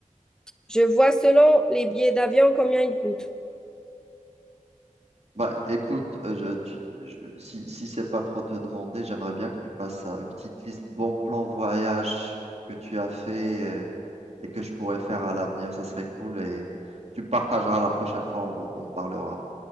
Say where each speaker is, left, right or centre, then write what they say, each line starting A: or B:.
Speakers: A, in the centre; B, on the right (about 50°).
A: Je vois selon les billets d'avion combien ils coûtent.
B: Bah, écoute, euh, je, tu- je- si, si c'est pas trop te demander, j'aimerais bien que tu fasses euh, une petite liste bons plans voyage que tu as fait et, et que je pourrais faire à l'avenir. Ça serait cool et que tu me partageras la prochaine fois, on, on parlera.